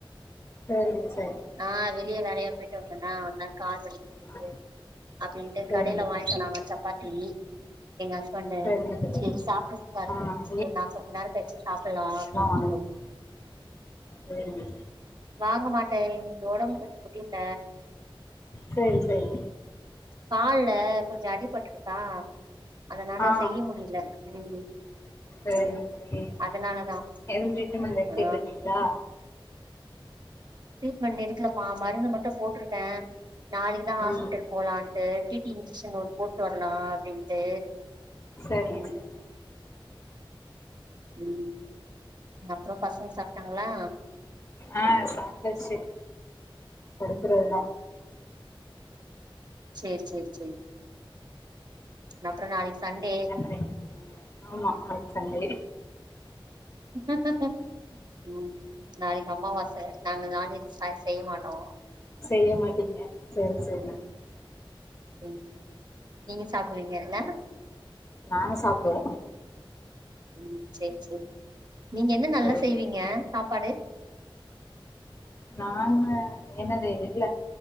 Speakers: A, on the left; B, on the right.
A: செரிங்க செரிங்க
B: ஆ வெளிய வேலையா போய்ட்டு வந்தண்ணா அதுனால கால் வலி <unintelligible>
A: ஆ
B: அப்டின்ட்டு
A: சரிங்க
B: கடைல வாய்ங்கிட்ட
A: தோழி
B: நாங்க சப்பாத்தி எங்க வந்தே
A: சரிங்க தோழி
B: செரி சாப்ட்டுருக்காரு
A: ஆ
B: செரி நா கொஞ்ச நேரோ கழிச்சி சாப்பல்லா அப்டின்
A: அமையாது செரிங்க
B: வாங்க மாட்டே இன்னிக்கு ஒடம்பு கொஞ்ச முடில
A: செரி செரி
B: கால்ல கொஞ்ச அடிபட்டுருக்கா அதனால
A: ஆ
B: செய்ய முடியில ம்
A: சேரிங்க
B: ம்
A: தோழி
B: அதனாலதா
A: எதும் ட்ரீட்மெண்ட் எடுத்துட்டு
B: ஆ
A: இருக்கீங்களா
B: ட்ரீட்மென்ட் எடுக்கலப்பா மருந்து மட்டு போட்ருக்கே நாளைக்கு தா ஹாஸ்பிட்டல்
A: ம்
B: போலான்ட்டு டிடி இன்ஜெக்ஷன் ஒன்னு போட்டு வரலா அப்டின்ட்டு
A: சேரிங்க சேரிங்க
B: ம் ம் அப்றோ பசங்க சாப்ட்டாங்களா
A: ஆ சாப்டாச்சி படுக்கறதுதா
B: செரி செரி செரி அப்றோ நாளைக். சண்டே
A: என்ன பண்ணிட்டு இருக்கீங்க ஆமா நாளைக்கு சண்டே
B: அ அ அ ஆ ம் நாளைக்கு அம்மாவாச நாங்க நான்வெஜ் சாய் செய்ய மாட்டோ
A: செய்ய மாட்டீங்க செரி செரி
B: ம் நீங்க சாப்டுவீங்க இல்ல
A: நாங்க சாப்டுவோ
B: ம் செரி செரி நீங்க என்ன நல்லா
A: சேரி
B: செய்வீங்க சாப்பாடு
A: நாங்க என்னது இல்ல